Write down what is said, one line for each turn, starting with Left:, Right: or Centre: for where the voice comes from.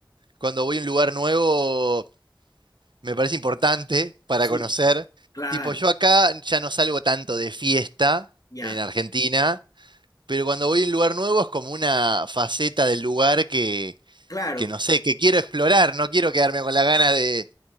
Right: cuando voy a un lugar nuevo, me parece importante para
Left: Sí,
Right: conocer.
Left: claro,
Right: Tipo, yo acá ya no salgo tanto de fiesta
Left: ya,
Right: en Argentina, pero cuando voy a un lugar nuevo es como una faceta del lugar que,
Left: claro,
Right: que no sé, que quiero explorar, no quiero quedarme con la gana de